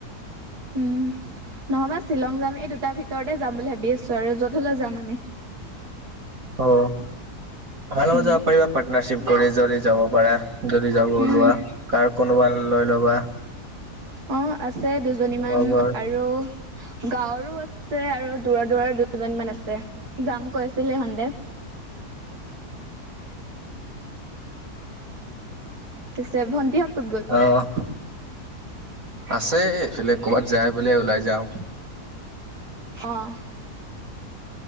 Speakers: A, on the right; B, on the right.
A: <inaudible>
B: উম নহ'বা শ্বিলং যাম এই দুটাৰ ভিতৰতে যাম বুলি ভাবি আছো আৰু য'ত হলো যাম আমি।
A: অ আমাৰ লগত
B: উম
A: যাব পাৰিবা পাৰ্টনাৰশ্বিপ কৰি, যদি যাব পাৰা। যদি যাব ওলোৱা
B: উম
A: কাৰ কোনোবা লৈ ল'বা।
B: অঁ আছে দুজনীমান
A: লগৰ
B: আৰু, গাঁৱৰো আছে আৰু দূৰৰ দূৰৰ দুজনী মান আছে যাম কৈছিল সিহঁতে। পিছে ভণ্টি হত ক'ত গ'ল?
A: আহ আছে এইফালে ক'বাত যায় বোলে ওলাই যাও।
B: অঁ